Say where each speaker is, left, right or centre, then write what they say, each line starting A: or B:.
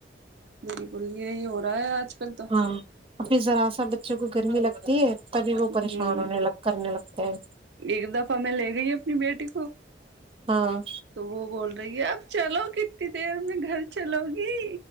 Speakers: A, on the right; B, on the right.
A: بالکلیےی ہو رہا ہے آج کل تو ہ
B: ہاں <unintelligible> ابھی ذرا سا بچوں کو گرمی لگتی ہے تبھی وہ
A: ہ
B: پریشان ہونے لگ کرنے لگتے ہیں
A: ایک دفعہ میں لے گئی اپنی بیٹی کو
B: ہاں
A: تو وہ بول رہ بیا اب چلو کتنی دیر میں گھر چلو گی